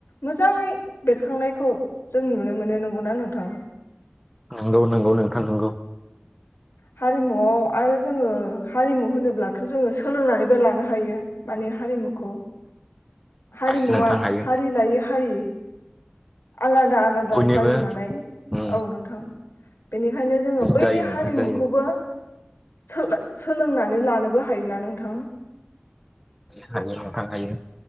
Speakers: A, on the left; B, in the centre.
A: मोजाङै बेरखांनायखौ जों नुनो मोनो नंगौना नोंथां।
B: नंगौ नंगौ नोंथां नंगौ।
A: हारिमुआव आरो जोङो हारिमु होनोब्लाथ' जोङो सोलोंनानैबो लानो हायो माने हारिमुखौ। हारिमुवा
B: हायो नोंथां हायो
A: हारि लायै हारि <unintelligible> आलादा आलादा
B: बयनिबो
A: जायो नालाय
B: उम
A: औ नोंथां बेनिखायनो जोङो बैनि
B: जायो नोंथां
A: हारिमुखौबो
B: जायो
A: सोला सोलोंनानै लानोबो हायोना नोंथां?
B: हायो नोंथां हायो।